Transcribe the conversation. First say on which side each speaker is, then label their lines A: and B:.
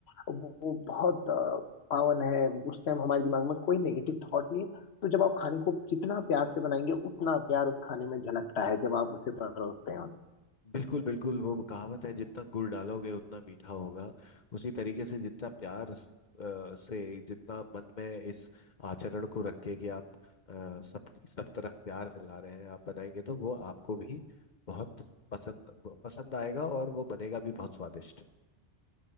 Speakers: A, on the left; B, on the left.
A: वो, वो बहुत अ, पावन है उस टाइम हमारे दिमाग में कोई नेगेटिव थॉट नहीं है तो जब आप खाने को जितना प्यार से बनाएंगे उतना प्यार उस खाने में झलकता है जब आप उसे परोसते हैं
B: बिल्कुल बिल्कुल वो कहावत है जितना गुड़ डालोगे उतना मीठा होगा उसी तरीके से जितना प्यार स- अ, से जितना मन में इस आचरण को रख के कि आप अ, सब सब तरफ प्यार फैला रहे हैं आप बनाएंगे तो वो आपको भी बहुत पसंद पसंद आएगा और वो बनेगा भी बहुत स्वादिष्ट